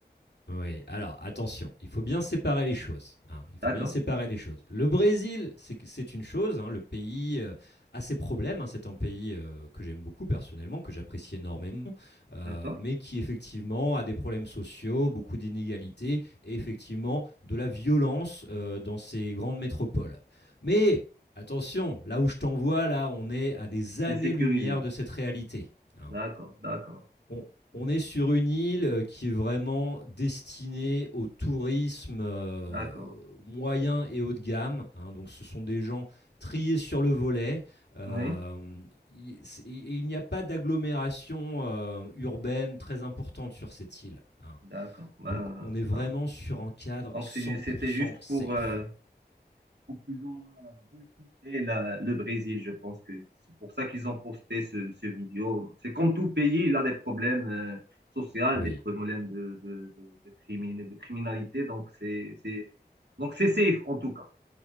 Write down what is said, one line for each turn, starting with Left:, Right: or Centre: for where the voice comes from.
Left: Oui, alors attention, il faut bien séparer les choses, hein, il faut
Right: D'accord,
Left: bien séparer les choses. Le Brésil, c'est que- c'est une chose, hein, le pays euh, a ses problèmes, hein, c'est un pays euh, que j'aime beaucoup personnellement, que j'apprécie énormément, euh,
Right: d'accord.
Left: mais qui effectivement a des problèmes sociaux, beaucoup d'inégalités et effectivement de la violence euh, dans ses grandes métropoles. Mais attention, là où je t'envoie, là, on est à des années-lumière
Right: C'est sécurisé.
Left: de cette réalité. hein.
Right: D'accord, d'accord.
Left: On, on est sur une île euh, qui est vraiment destinée au tourisme euh,
Right: D'accord.
Left: moyen et haut de gamme. hein. donc, ce sont des gens triés sur le volet. Euh,
Right: Oui,
Left: il- c'est- et il n'y a pas d'agglomération euh, urbaine très importante sur cette île. hein.
Right: d'accord. Ben,
Left: Donc, on est vraiment
Right: ça marche.
Left: sur un cadre
Right: donc,
Left: 100%
Right: c'est ju- c'était juste
Left: safe.
Right: pour, euh, pour plus ou moins boycotter la- le Brésil, je pense que c'est pour ça qu'ils ont posté ce, ce vidéo. C'est comme tout pays, il a des problèmes euh, sociaux,
Left: Oui.
Right: des problèmes de, de, de, de, crimine- de criminalité. Donc, c'est, c'est, donc, c'est safe en tout cas.